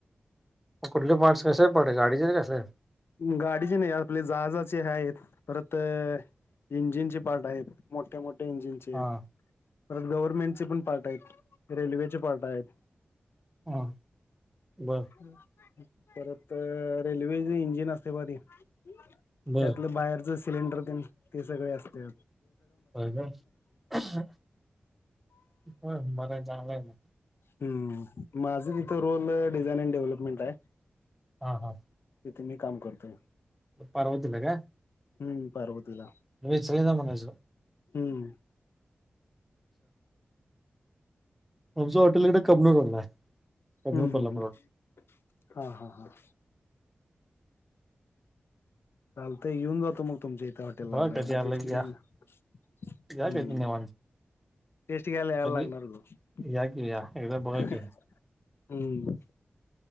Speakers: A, in the centre; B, on the left.
A: कुठले पार्टस कसे पडले आहेत गाडीचे आहे कसे आहे
B: गाडीचे नाही आपले जहाजाचे आहेत परत इंजिनचे पार्ट आहेत. मोठ्या मोठ्या इंजिनचे,
A: हां
B: परत गव्हर्मेंटचे पण पार्ट आहेत, रेल्वेचे पार्ट आहेत.
A: हां बरं
B: <unintelligible> परत रेल्वे इंजिन इंजिन असतय बघा ते <unintelligible>
A: बरं
B: त्यातलं बाहेरच सिलेंडर तेन सगळ असतय.
A: होय ना <unintelligible> बरं आहे चांगलंय आहे मग
B: हम्म माझं तिथं रोल डिझाईन डेव्हलपमेंट आहे.
A: हा हा
B: तिथे मी काम करतोय.
A: पार्वतीला काय?
B: हम्म पार्वतीला.
A: तुम्ही इचलकरंजीचा आहे म्हणायचं
B: हम्म
A: आमचं हॉटेल इकडं कबनूर रोडला आहे कबनूर
B: हम्म-
A: कोल्हापूर
B: हम्म- हम्म
A: रोड
B: <inaudible> हा- हा -हा. चालंतय येऊन जातो म तुमच्या इ त्या हॉटेलला
A: बघा
B: जरा
A: कधी
B: एकदा
A: आलं
B: टेस्ट
A: की
B: घेऊन
A: या
B: <inaudible>
A: या
B: हम्म
A: कधी निवांत
B: टेस्ट घ्यायला याला
A: कधी
B: लागणारच <inaudible>
A: या की या एकदा बघा
B: हो हम्म
A: की